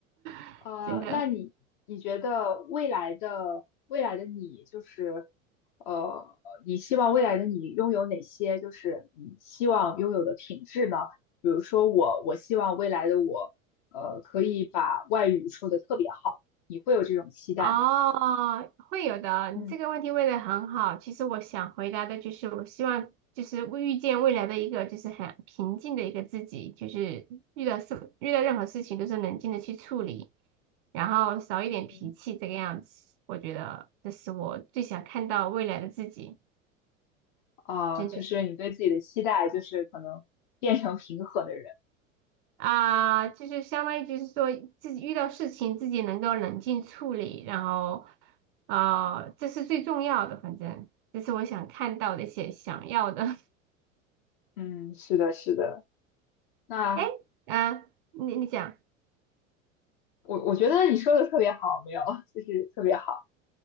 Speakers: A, on the right; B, on the left.
A: <laughs>
B: 呃，
A: 真的。
B: 那你你觉得未来的未来的你，就是呃，你希望未来的你拥有哪些，就是你希望拥有的品质呢？比如说我，我希望未来的我，呃，可以把外语说得特别好，你会有这种期待吗？
A: 哦，会有的。
B: 嗯
A: 你这个问题问的很好。其实我想回答的就是，我希望就是未遇见未来的一个就是很平静的一个自己，就是遇到事遇到任何事情都是冷静的去处理，然后少一点脾气这个样子。
B: 嗯，
A: 我觉得这是我最想看到未来的自己，
B: 啊，
A: 真的。
B: 就是你对自己的期待，就是可能变成平和的人。
A: 啊，就是相当于就是说自己遇到事情自己能够冷静处理，然后啊，这是最重要的，反正这是我想看到的一些想要的。
B: 嗯，是的，是的。那
A: <laughs> 哎，嗯，你你讲
B: 我我觉得你说的特别好，没有，<laughs> 就是特别好。